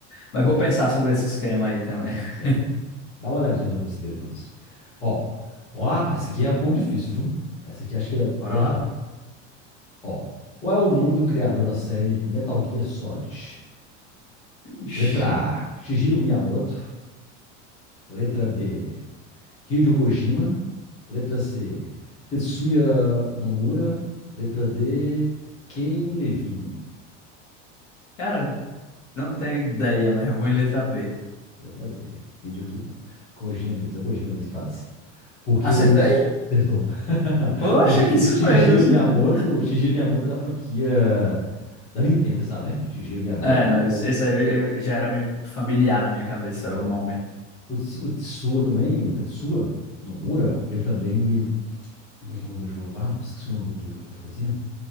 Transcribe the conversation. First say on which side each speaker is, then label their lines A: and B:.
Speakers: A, on the left; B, on the left.
A: Mas
B: Ó,
A: vou pensar sobre esse esquema aí também. <laughs>
B: tem. Dá uma olhadinha pra você ver depois. Ó, vamos lá. Essa aqui é um pouco difícil, viu? Essa aqui acho que eu
A: Bora
B: eu erraria.
A: lá.
B: Ó, qual é o nome do criador da série Metal Gear Solid?
A: Ixi,
B: Letra A, Shigeru Miyamoto. Letra B, Hideo Kojima. Letra C, Tetsuya Nomura. Letra D, Ken Levine.
A: Cara, Não tenho ideia, mas eu vou em letra B.
B: Letra B, Hideo Ki- Kojima mesmo. É o Kojima mesmo que faz. Porque
A: Acertei?
B: o. Shi- Acertou. <laughs>
A: Poxa,
B: O, Shi-
A: que
B: o
A: surpresa,
B: Shigeru
A: surpresa.
B: Miyamoto. O Shigeru Miyamoto é da franquia da Nintendo, você sabe, né? Shigeru Miyamoto.
A: É, não, esse esse aí eu- eu- já era me- familiar na minha cabeça,
B: Pois
A: o
B: é.
A: nome.
B: O, Ts- o Tetsuya também, o Tetsuya Nomura, ele também. ele- como é que é o nome do jogo lá, moço? Esqueci o nome do jogo que ele fazia.